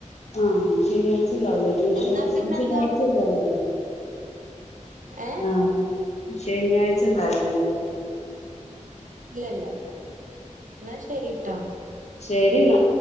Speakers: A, on the left; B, on the right.
A: ആഹ് ശനിയാഴ് ണ്ടാവല്ലേ ട്യൂഷ
B: എന്നാ പിന്നെന്താ
A: ശനിയാഴ്ചല്ലല്ല
B: ഏഹ്
A: ആഹ ശനിയാഴ്ച ണ്ടാവില്ലല്ലോ
B: ഇല്ലല്ല ഇല്ല എന്നാ ശരിട്ടോ.
A: ശരിന്നാ.